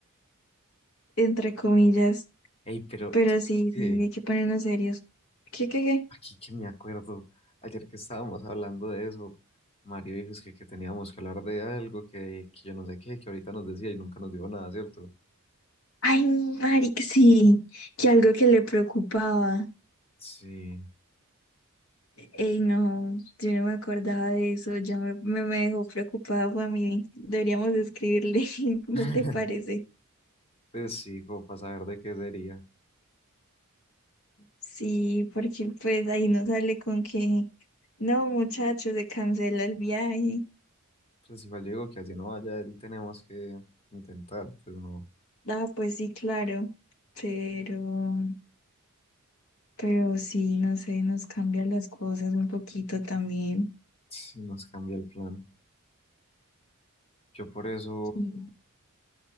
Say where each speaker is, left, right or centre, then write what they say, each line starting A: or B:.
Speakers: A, on the left (about 65°); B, on the left (about 25°).
A: entre comillas.
B: Ey, pero
A: Pero sí,
B: es que
A: sí, hay que ponernos serios. ¿Qué, qué, qué?
B: aquí que me acuerdo, ayer que estábamos hablando de eso, Mario dijo es que, que teníamos que hablar de algo que, que yo no sé qué, que ahorita nos decía y nunca nos dijo nada, ¿cierto?
A: Ay, Mari, sí, que algo que le preocupaba.
B: Sí.
A: Ey, no, yo no me acordaba de eso, ya me, me, me dejó preocupada, fue a mí Deberíamos escribirle, <laughs> ¿no
B: <laughs>
A: te parece?
B: Pues sí, como para saber de qué sería.
A: Sí, porque pues ahí no sale con que, no, muchachos, se cancela el viaje.
B: Pues igual yo digo que así no vaya él, tenemos que intentar, pues no,
A: Ah, pues sí, claro, pero, pero sí, no sé, nos cambian las cosas un poquito también.
B: si nos cambia el plan. Yo por eso,
A: Sí.